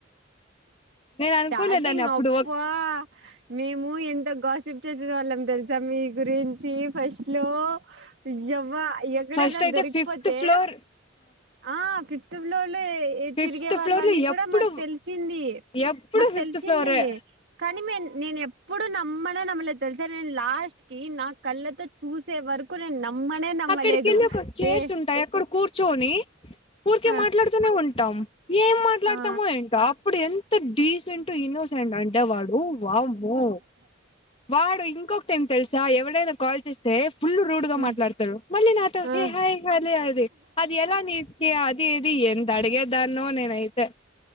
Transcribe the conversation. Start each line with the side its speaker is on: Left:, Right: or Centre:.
Left: అనుకోలేదాన్ని
Right: స్టార్టింగ్
Left: అప్పుడు
Right: అప్ప మేము ఎంత గాసిప్ చెసేసే వాళ్ళం తెలుసా మీ గురిం వచ్చి ఫస్ట్ లో యవ్వ ఎక్కడెగా
Left: ఫస్ట్ అయితే
Right: దొరికిపోతే
Left: ఫిఫ్త్ ఫ్లోర్
Right: ఆ ఫిఫ్త్ ఫ్లోర్ లో
Left: ఫిఫ్త్
Right: తిరిగే వాళ్ళని
Left: ఫ్లోర్ లో
Right: కూడా
Left: ఎప్పుడు
Right: మాకు తెలిసింది
Left: ఎప్పుడు
Right: మాకు
Left: ఫిఫ్త్
Right: తెలిసింది
Left: ఫ్లోరే
Right: కానీ మే నేను ఎప్ ఇప్పుడు నమ్మలె నమ్మలేద్ తెలుసా నేను లాస్ట్ కి నా కళ్ళతో చూసే వరకు నేను నమ్మనే నమ్మలేదు
Left: అక్కడికి వెళ్ళి ఒక చైర్స్
Right: ఏ
Left: ఉంటాయి అక్కడ కూర్చొని ఊరికే
Right: ఆ
Left: మాట్లాడుతూనే ఉంటాం ఏం మా మాట్లాడతామో
Right: ఆ
Left: ఏంటో అప్పుడు ఎంత డీసెంట్ ఇన్నోసెంట్ అంటే వాడు వామ్మో వాడు ఇంకొకటి ఏం తెల్సా ఎవ్వడైన కాల్ చేస్తే ఫుల్ రూడ్ గా
Right: ఉమ్
Left: మాట్లాడతారు మళ్ళీ నాతో
Right: ఆ
Left: హే హాయ్ హలి అది ఎలా అని కె అది ఇది ఎంత అడిగే దాన్నో నేనైతే